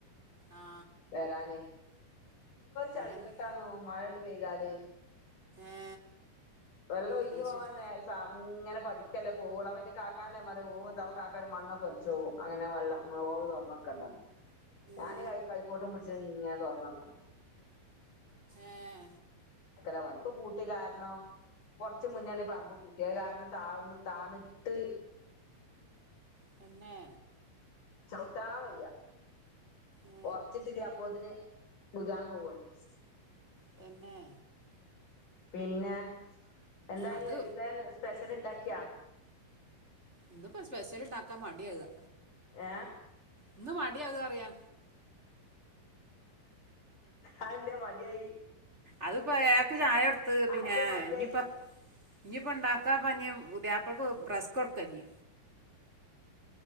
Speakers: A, on the right; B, on the left.
A: ആ
B: വരാന്. ചളിക്കട്ടാ.
A: അതന്നെ
B: ആന്നോ മഴയണ്ട് പെയ്താല്.
A: ഏ
B: വെള്ളോ ഒഴിഞ്ഞു
A: അത്
B: പോവാൻ
A: ശരി
B: നേ സാ ഉം ഇങ്ങനെ പതിക്കല്ലേ പോളു അവന്റെ കാക്കാനോട് പറയു ഓ എന്താ കാക്ക പറയും മണ്ണക്കൊലിച്ചു പോവും അങ്ങനെ വെള്ളം. വ് തൊറന്നെടുക്കേണ്ട് വന്ന് ഞാന്
A: ഏ
B: കൈക്കോട്ടും പിടിച്ച് ഇങ്ങനെ തുറന്നെടുക്കും
A: ആഹ
B: അരണി ഇപ്പ കൂട്ടിക്കാരണോ കുറച്ചു മുന്നണ പറമ്പ് കൂട്ടിയത് കാരണം താന്ന് താന്നിട്ട്
A: പിന്നെ
B: ചവിട്ടാൻ വയ്യ
A: ഏ
B: ഉറച്ചിട്ടില്ലപ്പതിന് മുഖാൻ പോവാണ്
A: പിന്നെ
B: പിന്നെ എന്തായി
A: അത്
B: വൈകുന്നേരം സ്പെഷ്യൽ ഉണ്ടാക്കിയാ
A: ഇന്തപ്പോ സ്പെഷ്യലിണ്ടആക്കാൻ മടിയാകാ
B: ഏ
A: ഇന്ന് മടിയക എന്ന് പറയാ
B: ആ എന്താ മടിയായി
A: അതിപ്പോ ഏക്ക് ചായ എടുത്ത് പിന്നെ
B: അതെന്തേ മടിയായി
A: ഇനിപ്പ ഇനിയിപ്പോ ഉണ്ടാക്കാഞ്പുതിയാപ്പ ളക്ക് റസ്ക്ക്കൊടുക്കഞ്ഞി